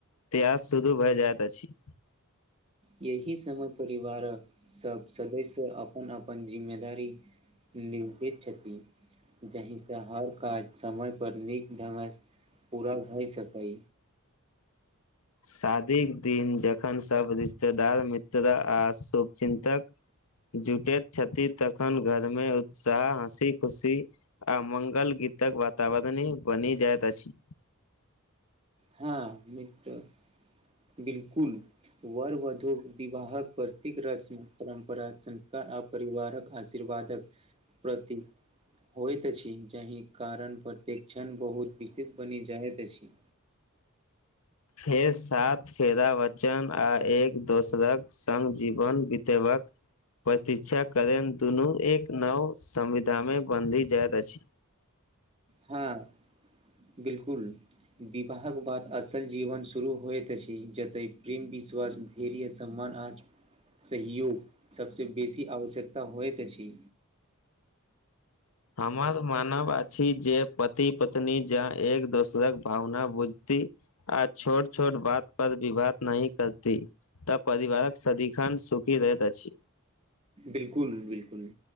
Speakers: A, on the left; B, on the right.
A: त्यास सुरू भए जायइत अछि
B: यही समय परिवारक सब सदस्य अपन अपन जिम्मेदारी निभवैत छथि जाहिसँ हर काज समय पर नीक ढंगसँ पूरा भए सकै
A: शादीके दिन जखन सभ रिश्तेदार मित्र आ शुभचिन्तक जुटैत छथि तखन घर मे उत्साह हँसी खुशी आ मंगल गीतक वातावरणी बनि जाइत अछि
B: हँ मित्र बिल्कुल वरवधू विवाहक प्रतीक रस्म परम्परा संस्कार आ परिवारक आशीर्वादक प्रति होइत अछि जाहि कारण प्रतेक क्षण बहुत विशेष बनि जाइत अछि
A: फेर सात फेरा वचन आ एक दोसराक संग जीवन बीतेबाक प्रतीक्षा करे दुनू एक नव संविधा मे बंधी जायइत अछि
B: हाँ बिल्कुल विवाहक बाद असल जीवन शुरू होइत अछि जतय प्रेम विश्वास धेरय सम्मान आज सहयोग सभसँ बेसी आवश्यकता होइत अछि
A: हमर मानव अछि जे पति पत्नी जा एक दोसरक भावना बुझती आ छोट छोट बात पर विवाद नही करती तऽ परिवारक सदिखन सुखी रहैत अछि
B: बिलकुल बिलकुल